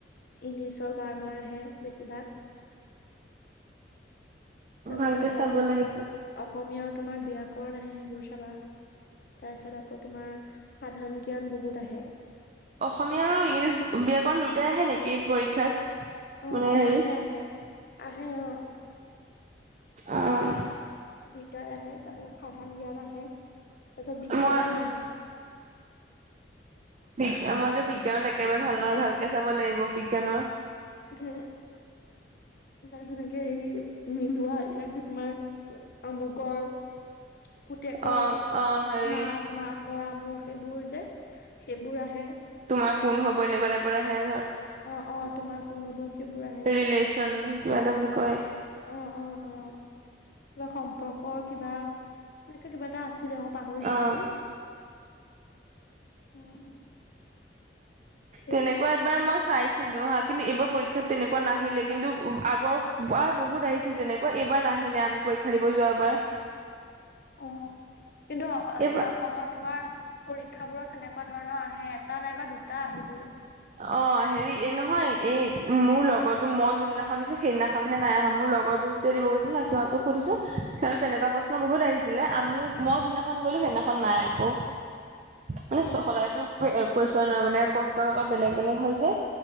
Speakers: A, on the left (about 60°); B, on the right (about 40°).
A: ইংলিছৰ গ্ৰামাৰ আহে বেছিভাগ। তাৰ
B: ভালকে
A: পিছত অসমীয়াও,
B: চাব লাগিব
A: গা-অসমীয়াও তোমাৰ ব্যাকৰণ আহে সেইবোৰ চাবা। তাৰ পিছত আকৌ তোমাৰ, সাধাৰণ জ্ঞান বহুত আহে।
B: অসমীয়া আৰু ইংলিছ ব্যাকৰণ দুয়োটাই আহে নেকি পৰীক্ষাত?
A: অ,
B: মানে
A: অ,
B: হেৰি
A: আহে আহে আহে অ,
B: আহ,
A: দুইটাই আহে, তাৰপিছত সাধাৰণ জ্ঞান আহে, তাৰপিছত বিজ্ঞানো
B: মই
A: আহে।
B: বি, মইতো বিজ্ঞানত একেবাৰে ভাল নহয়, ভালকে চাব লাগিব বিজ্ঞানৰ।
A: হে, তাৰপিছত একে এই মিলোৱা, এইবিলাক যে তোমাৰ অমুকৰ, পুতেকৰ
B: অ' অ' হেৰি
A: মাক, মাকৰ আমুক, সেইবোৰ যে সেইবোৰ আহে।
B: তোমাৰ কোন হ'ব, এনেকুৱা টাইপৰ আহে ধৰ।
A: অ, অ, তোমাৰ কোন হ'ব? সেইবোৰ আহে।
B: ৰিলেচন কিবা এটা বুলি কয়।
A: অ, অ, অ, কিবা সম্পৰ্কৰ কিবা, এনেকে কিবা, এটা আছিলে। অ, পাহৰি থাকিলো।
B: অ'
A: উম! সেইবোৰ
B: তেনেকুৱা
A: আহে
B: এইবাৰ মই চাইছিলো হা, কিন্তু এইবাৰ পৰীক্ষাত তেনেকুৱা নাহিলে কিন্তু আগৰ বাৰ বহুত আহিছিল তেনে আকৌ এইবাৰ নাহিলে আমি পৰীক্ষা দিব যোৱাবাৰ।
A: অ' কিন্তু
B: এইবাৰ
A: হেৰি অসমৰ তোমাৰ পৰীক্ষাবোৰত সেনেকুৱা ধৰণৰ আহে, এটা নাইবা দুটা আহিবই।
B: অ' হেৰি এই নহয় এই মোৰ লগৰতো মই যোনদিনাখন দিছো, সেইদিনাখনহে নাই অহা। মোৰ লগৰ বহু তে দিব গৈছিল ন, সিহঁতক সুধিছো সিহঁতৰ তেনেকুৱা প্ৰশ্ন বহুত আহিছিলে আ মই যোনদিনাখন গ'লো সেইদিনা খন নাই আকৌ। মানে
A: অ
B: সদায়তো কুৱেচনৰ মানে প্ৰশ্ন কাকত বেলেগ বেলেগ হয় যে।